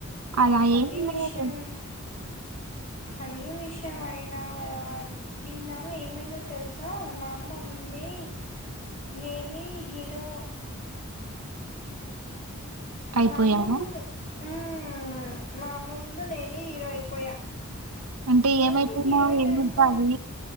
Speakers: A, on the right (about 75°); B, on the left (about 30°).
A: అలా
B: మ్ ఫన్నీ
A: ఏం
B: విషయం
A: లేదు.
B: ఫన్నీ విషయం అడిగినావు కదా నిన్న ఏమైందో తెలుసా మా అమ్మ ముందే నేనే హీరో
A: అయిపోయావా?
B: నమ్ముముందు హ్మ్ మా అమ్మ ముందు నేనే హీరో అయిపోయా.
A: అంటే
B: హీరో
A: ఏమైపోనా
B: హీరోయిన్
A: ఏమి
B: అనుకో
A: ఇవ్వాలి.